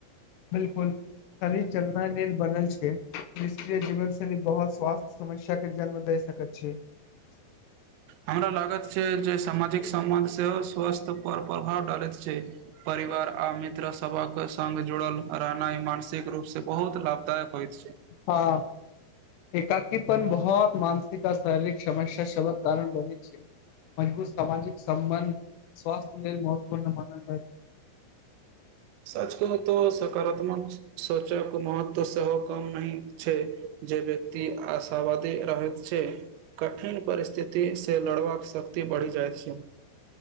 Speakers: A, on the left; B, on the right.
A: बिल्कुल शरीर चलनाई लेल बनल छैक निक जीवन शैली बहुत स्वास्थ समस्या के जन्म दै सकैत छैक
B: हमरा लागत छैक जे सामाजिक संबंध सेहो स्वस्थ पर प्रभाव डालैत छैक परिवार आ मित्र सभक संग जुड़ल रहनाइ मानसिक रूप से बहुत लाभदायक होइत छैक
A: हँ एकाकीपन बहुत मानसिक आ शरीरिक समस्या सबक कारण बनैत छैक मजबूत सामाजिक संबंध स्वास्थ्य लेल महत्वपूर्ण मानल छैक
B: सच कहु त सकारात्मक सोचक महत्व सेहो कम नहि छैक जे वेयक आशावादी रहैत छै कठिन परिस्थिति से लड़बाक शक्ति बढ़ि जा जाइत छैक